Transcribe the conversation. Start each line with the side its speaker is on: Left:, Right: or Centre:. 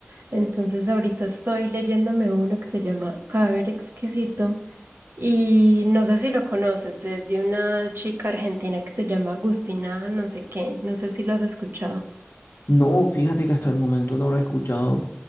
Right: Entonces ahorita estoy leyéndome uno que se llama Cadáver Exquisito y no sé si lo conoces, es de una chica argentina que se llama Agustina, no sé qué, no sé si lo has escuchado.
Left: No, fíjate que hasta el momento no lo he escuchado,